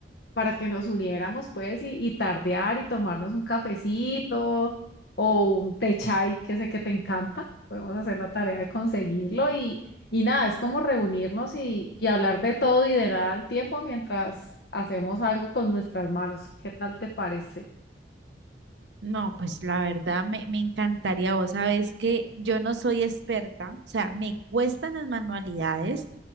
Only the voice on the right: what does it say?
No, pues la verdad me, me encantaría. Vos sabés que yo no soy experta, o sea, me cuestan las manualidades,